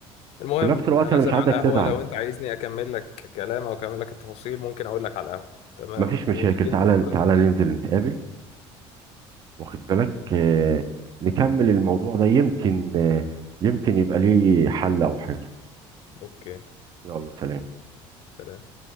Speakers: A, on the left; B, on the right.
A: المهم
B: في نفس الوقت
A: انا
B: أنا
A: نازل
B: مش عايزك
A: على القهوه
B: تزعل
A: لو انت عايزني اكمل لك كلام او اكمل لك التفاصيل ممكن اقول لك على القهوه تمام
B: مفيش مشاكل
A: وتديني
B: تعالى
A: من خبرتك
B: تعالى ننزل نتقابل واخد بالك آه، نكمل الموضوع ده يمكن آه، يمكن يبقى ليه حل أو حاجة
A: اوكي
B: يلا سلام
A: سلام